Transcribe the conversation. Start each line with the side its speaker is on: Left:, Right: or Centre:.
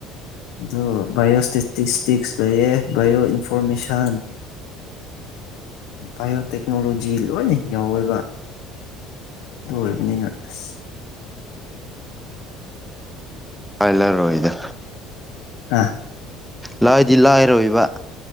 Left: ꯑꯗꯨ ꯕꯥꯏꯑꯣꯁꯇꯦꯇꯤꯁꯇꯤꯛꯁ ꯂꯩꯌꯦ ꯕꯥꯏꯑꯣ ꯏꯟꯐꯣꯔꯃꯦꯁꯟ ꯕꯥꯏꯑꯣꯇꯦꯛꯅꯣꯂꯣꯖꯤ ꯂꯣꯏꯅ ꯌꯥꯎꯋꯦꯕ ꯑꯗꯨ ꯑꯣꯏꯕꯅꯤꯅ ꯑꯁ
Centre: ꯄꯥꯏꯂꯔꯣꯏꯗ
Left: ꯑ
Centre: ꯂꯥꯏꯗꯤ ꯂꯥꯏꯔꯣꯏꯕ